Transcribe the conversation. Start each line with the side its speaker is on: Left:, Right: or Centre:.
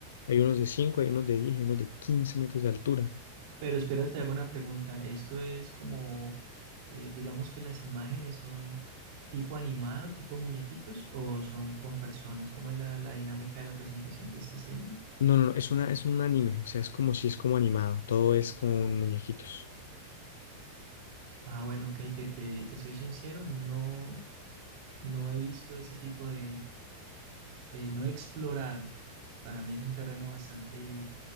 Left: hay unos de cinco hay unos de 10 y unos de 15 metros de altura.
Right: Pero espérate, hago una pregunta. Esto es como, eh, digamos que las imágenes son tipo animado, tipo muñequitos, o son con personas. ¿Cómo es la, la dinámica de la presentación de esta serie?
Left: No, no, no, es una, es un anime, o sea, es como si es como animado, todo es con muñequitos.
Right: Ah, bueno, ok, te, te, te soy sincero, no No he visto ese tipo de, eh, no he explorado. Para mí es un terreno bastante